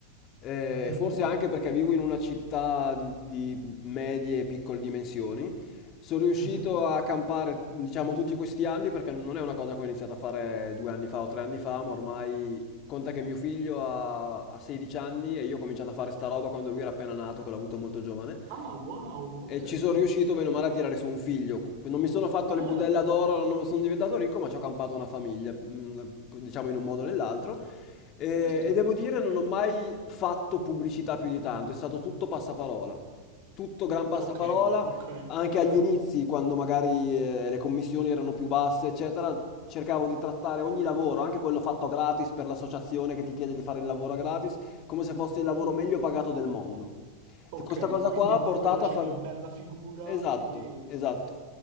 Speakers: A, on the left; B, on the right.
A: eh,
B: Mhm,
A: forse anche perché vivo in una città di, di medie e piccole dimensioni, sono riuscito
B: mhm.
A: a campare, diciamo, tutti questi anni, perché non è una cosa che ho iniziato a fare due anni fa o tre anni fa, ma ormai conta che mio figlio ha, ha 16 anni e io ho cominciato a fare sta roba quando lui era appena nato, che l'ho avuto molto giovane.
B: Ah, wow,
A: E
B: ok.
A: ci sono riuscito bene o male a tirare su un figlio. Non mi sono fatto le
B: Eh,
A: budella d'oro, non sono diventato ricco, ma ci ho campato una famiglia, mh, diciamo in un modo o nell'altro. E,
B: certo.
A: e devo dire, non ho mai fatto pubblicità più di tanto, è stato tutto passaparola. Tutto gran passaparola,
B: Ah, ok, ok,
A: anche
B: ok.
A: agli inizi, quando magari eh, le commissioni erano più basse, eccetera, cercavo di trattare ogni lavoro, anche quello fatto gratis per l'associazione che ti chiede di fare il lavoro gratis, come se fosse il
B: Sì.
A: lavoro meglio pagato del mondo.
B: Ok,
A: Di Questa cosa
B: quindi
A: qua ha
B: comunque
A: portato
B: facevi
A: a far...
B: bella figura
A: Esatto,
B: e...
A: esatto.